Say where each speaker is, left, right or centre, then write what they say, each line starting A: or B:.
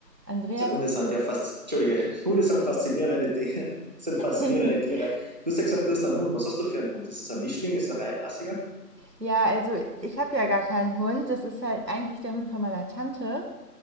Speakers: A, on the right (about 75°); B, on the right (about 25°).
A: Andreas,
B: Also Hunde sind ja fast, Entschuldige, <laughs> Hunde sind faszinierende Tiere. <laughs> Sind faszinierende
A: <laughs>
B: Tiere. Du hast ja gesagt, du hast einen Hund. Was hast du für einen Hund? Ist es ein Mischling? Ist es ein reinrassiger?
A: ja, also ich habe ja gar keinen Hund. Das ist halt eigentlich der Hund von meiner Tante.